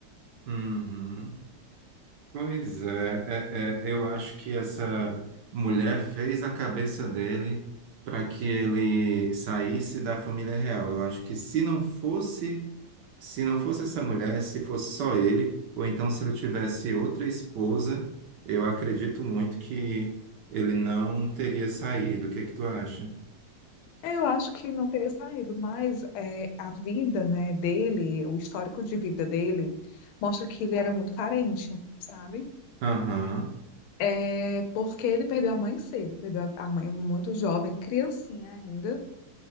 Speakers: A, on the right; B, on the left.
A: uhum. Pois é, é, é, eu acho que essa mulher fez a cabeça dele para que ele saísse da família real. Eu acho que se não fosse Se não fosse essa mulher, se fosse só ele, ou então se ele tivesse outra esposa, eu acredito muito que ele não teria saído. O que é que tu acha?
B: Eu acho que não teria saído, mas é, a vida, né, dele, o histórico de vida dele, mostra que ele era muito carente, sabe?
A: Aham.
B: É porque ele perdeu a mãe cedo, perdeu a a mãe muito jovem, criancinha ainda.